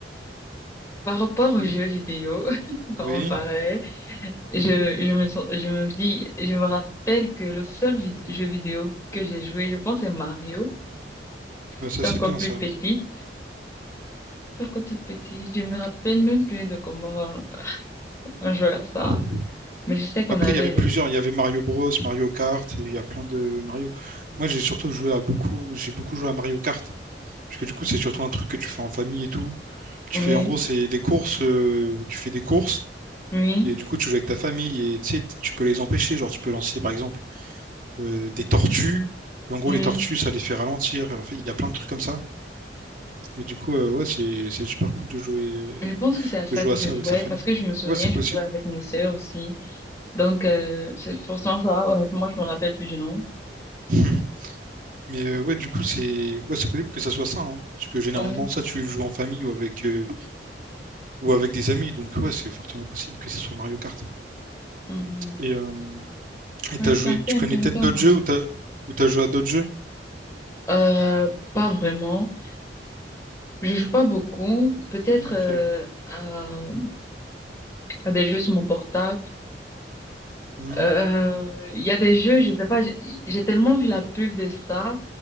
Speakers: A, on the left (about 15°); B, on the right (about 50°).
A: par rapport aux
B: Oui,
A: jeux vidéo, <laughs> quand
B: oui,
A: on parlait, Je, je me sens- je me dis, je me rappelle que le seul vi- jeu vidéo que j'ai joué, je pense, c'est Mario.
B: Ouais, ça
A: J'étais
B: c'est
A: encore
B: bien
A: plus
B: ça.
A: petite. J'étais encore toute petite. Je me rappelle même plus de comment on jouait à ça.
B: Mm.
A: Mais je sais qu'on
B: Après,
A: avait
B: il y avait
A: les-
B: plusieurs. Il y avait Mario Bros, Mario Kart, et il y a plein de Mario. Moi, j'ai surtout joué à beaucoup. J'ai beaucoup joué à Mario Kart. Parce que du coup, c'est surtout un truc que tu fais en famille et tout. Tu
A: Oui,
B: fais, en gros, c'est des courses. euh, tu fais des courses.
A: oui,
B: Et du coup, tu joues avec ta famille. Et tu sais, t- tu peux les empêcher. Genre, tu peux lancer, par exemple, euh, des tortues. Et en gros,
A: oui.
B: les tortues, ça les fait ralentir. En fait, il y a plein de trucs comme ça. Et du coup, euh, ouais, c'est c'est super cool de jouer,
A: Je pense que c'est à ça
B: de jouer
A: que
B: à
A: je
B: ça avec
A: jouais
B: sa famille.
A: parce que je me souviens,
B: Ouais, c'est
A: je
B: possible.
A: jouais avec mes sœurs aussi. Donc, euh, c'est forcément ça. Honnêtement, je me rappelle plus du nom.
B: <laughs> Mais euh, ouais, du coup, c'est ouais, c'est possible que ça soit ça, hein, parce que généralement,
A: Oui.
B: ça, tu le joues en famille ou avec euh, ou avec des amis, donc ouais, c'est fortement possible que ça soit Mario Kart.
A: Mhm.
B: Et euh, et
A: Oui,
B: t'as joué,
A: c'est assez
B: tu
A: intéressant.
B: connais peut-être d'autres
A: ça.
B: jeux ou t'as ou t'as joué à d'autres jeux?
A: Euh, pas vraiment. Je joue pas beaucoup, peut-être
B: Ok.
A: euh, à, à des jeux sur mon portable.
B: Hmm,
A: Euh, Il y a des jeux, je sais pas, j'ai j'ai tellement vu la pub de ça